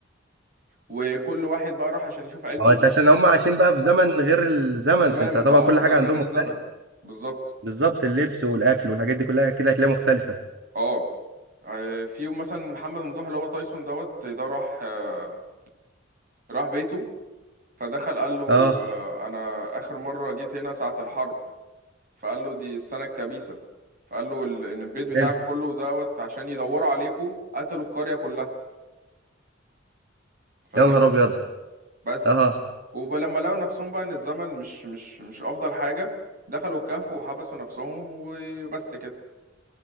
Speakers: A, on the right; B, on the right.
A: وكل واحد بقى راح عشان يشوف عيلته
B: هو انت عشان هم عايشين بقى في زمن غير الزمن
A: تماما
B: فانت طبعا
A: اه
B: كل
A: زمن
B: حاجه عندهم
A: غير الزمن
B: مختلفه
A: بالظبط
B: بالظبط اللبس والاكل والحاجات دي كلها كده هتلاقيها مختلفه
A: اه آه، في يوم مثلا محمد ممدوح اللي هو تايسون دوت ده راح آه، راح بيته فدخل قال له
B: اه
A: آه، انا اخر مره جيت هنا ساعه الحرب فقال له دي السنه الكبيسه فقال له ال- ان البيت بتاعك
B: حلو
A: كله دوت عشان يدوروا عليكوا قتلوا القريه كلها فاهم
B: يا نهار ابيض
A: بس
B: اه
A: ولما لقوا نفسهم بقى ان الزمن مش مش مش افضل حاجه دخلوا الكهف وحبسوا نفسهم وبس كده